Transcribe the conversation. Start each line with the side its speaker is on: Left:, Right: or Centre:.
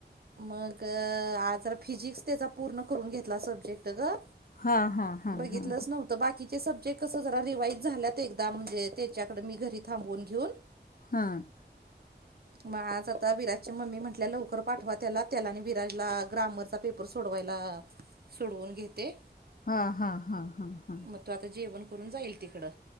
Right: मग आज जरा फिजिक्स त्याचा पूर्ण करून घेतला सब्जेक्ट ग.
Left: हा हा हा
Right: बघितलंच
Left: हा
Right: नव्हतं बाकी ते सब्जेक्ट कसं जरा रिवाईज झाल्यात एकदा म्हणजे त्याच्याकड मी घरी थांबून घेऊन.
Left: हं
Right: मग आज आता विराजची मम्मी म्हटल्या लवकर पाठवा त्याला त्याला आणि विराजला ग्रामर चा पेपर सोडवायला सोडवून घेते.
Left: हं हं हं हं.
Right: मग तो आता जेवण करून जाईल तिकडं.